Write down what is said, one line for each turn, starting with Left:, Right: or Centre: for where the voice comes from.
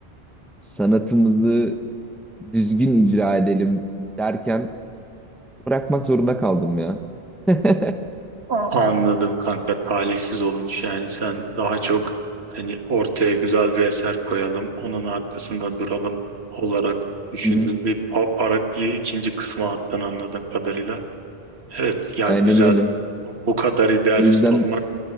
Centre: sanatımızı düzgün icra edelim derken bırakmak zorunda kaldım ya. <laughs>
Right: Aa. Anladım kanka talihsiz olmuş yani sen daha çok hani ortaya güzel bir eser koyalım onun arkasında duralım olarak düşündün
Centre: Hı hı,
Right: bir pa- para bir ikinci kısma attın anladığım kadarıyla. Evet ya
Centre: Aynen
Right: güzel
Centre: öyle.
Right: bu kadar idealist
Centre: O yüzden
Right: olmak